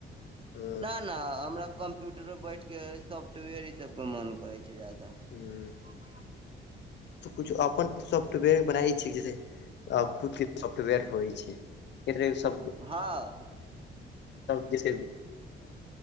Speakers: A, on the left (about 60°); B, on the right (about 25°).
A: हू।
B: ने हमरा कम्प्यूटर पर बैठ के सॉफ्टवेयर ई सब के मन करे छै जादा।
A: हूं।
B: दरभंगा।
A: तऽ कुछु अपन सॉफ्टवेयर बनाय छी, जैसे खुद के सॉफ्टवेयर होइ छै। <unintelligible> अपनो
B: हँ
A: देश